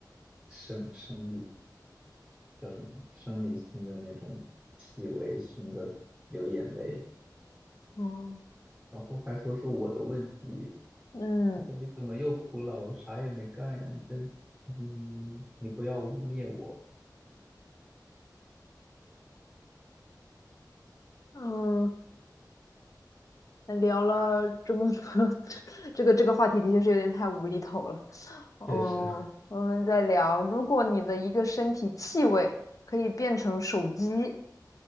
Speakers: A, in the centre; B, on the left (about 50°).
A: 生生理叫什么生理性的那种气味熏得流眼泪。
B: 哦，
A: 然后还说是我的问题，
B: 嗯，
A: 说你怎么又哭了？我啥也没干呀！你这，你你你你不要污蔑我！
B: 嗯，聊了这么多，<laughs> 这个这个话题的确是有点太无厘头了。嗯，
A: 确实，<laughs>
B: 我们再聊，如果你的一个身体气味可以变成手机，